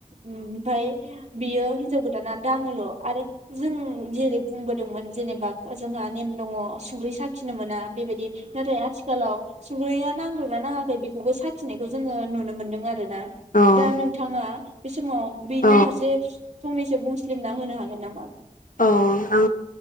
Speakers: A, on the right; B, on the left.
A: ओमफ्राय बियो हिनजाव गोदाना दाङोल' आरो जों जेरै बुंबोदोंमोन जेनेबा जोंहा नेम दङ सुंग्रि साखिनो मोना, बेबायदि नाथाय आथिखालाव, संख्रैया नांदोंना नाङाखै बिख बिखौबो साखिनायखौ जोङो नुनो मोनदों आरो
B: औ
A: दा नोंथाङा, बे समाव बेनि
B: औ
A: फारसे फंनैसो बुं फुस्लिमना होनो हागोन नामा?
B: औ आङो